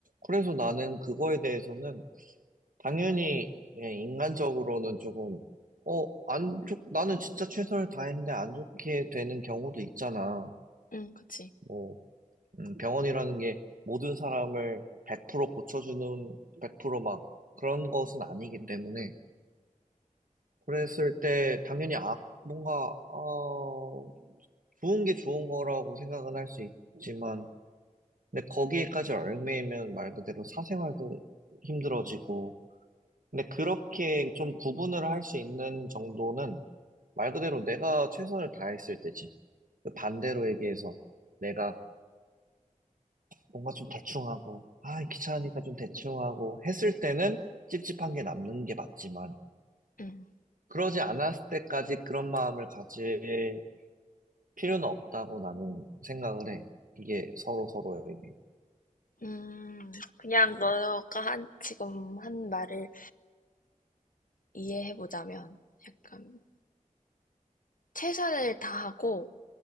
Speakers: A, on the right; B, on the left.
A: 그래서 나는 그거에 대해서는 당연히 예, 인간적으로는 조금 어, 안 좋, 나는 진짜 최선을 다했는데 안 좋게 되는 경우도 있잖아.
B: 응, 그치.
A: 뭐 음, 병원이라는 게 모든 사람을 100% 고쳐주는 100%막 그런 것은 아니기 때문에 그랬을 때 당연히 아, 뭔가 어, 좋은 게 좋은 거라고 생각은 할 수 있지만 근데 거기에까지 얽매이면 말 그대로 사생활도 힘들어지고 근데 그렇게 좀 구분을 할 수 있는 정도는 말 그대로 내가 최선을 다했을 때지. 그 반대로 얘기해서 내가 뭔가 좀 대충하고, 아, 귀찮으니까 좀 대충하고 했을 때는 찝찝한 게 남는 게 맞지만,
B: 응.
A: 그러지 않았을 때까지 그런 마음을 가질 필요는 없다고 나는 생각을 해. 이게 서로 서로에게.
B: 음, 그냥 너가 한, 지금 한 말을 이해해보자면 약간 최선을 다하고